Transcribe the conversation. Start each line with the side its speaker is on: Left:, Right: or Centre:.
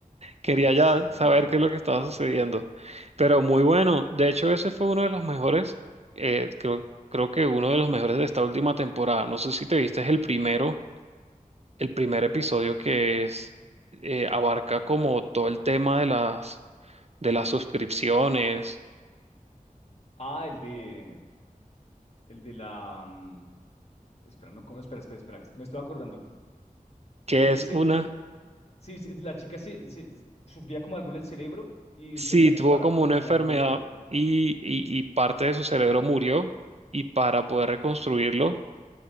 Right: Quería
Left: sí.
Right: ya saber qué es lo que estaba sucediendo. Pero muy bueno. De hecho, ese fue uno de los mejores, eh, creo, creo que uno de los mejores de esta última temporada. No sé si te viste el primero el primer episodio que es eh, abarca como todo el tema de las de las suscripciones,
Left: Ah, el de... El de la. mm, espera, no, ¿cómo? espera, espera, espera. Me estoy acordando.
Right: que
Left: El que
Right: es
Left: se.
Right: una,
Left: el no- sí, sí, la chica se, se- sufría como algo en el cerebro y
Right: sí,
Left: tenía
Right: tuvo
Left: que pagar
Right: como
Left: como
Right: una
Left: un
Right: enfermedad
Left: plan de vida.
Right: y, y, y parte de su cerebro murió y para poder reconstruirlo